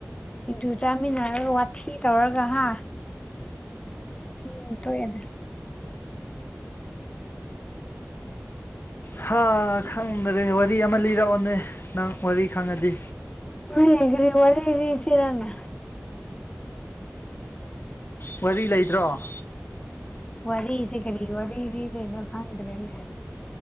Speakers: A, on the left; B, on the left.
A: ꯁꯤꯡꯖꯨ ꯆꯥꯃꯤꯟꯅꯔꯒ ꯋꯥꯊꯤ ꯇꯧꯔꯒ ꯍꯥ ꯎꯝ ꯇꯣꯛꯑꯦꯅꯦ
B: ꯍꯥ ꯈꯪꯗ꯭ꯔꯦ ꯋꯥꯔꯤ ꯑꯃ ꯂꯤꯔꯛꯑꯣꯅꯦ ꯅꯪ ꯋꯥꯔꯤ ꯈꯪꯉꯗꯤ
A: ꯀ꯭ꯔꯤ ꯀ꯭ꯔꯤ ꯋꯥꯔꯤ ꯂꯤꯁꯤꯔꯅꯦ
B: ꯋꯥꯔꯤ ꯂꯩꯇꯔꯣ
A: ꯋꯥꯔꯤꯁꯤ ꯀꯔꯤ ꯋꯥꯔꯤ ꯂꯤꯗꯣꯏꯅꯣ ꯈꯪꯗ꯭ꯔꯦꯅꯦ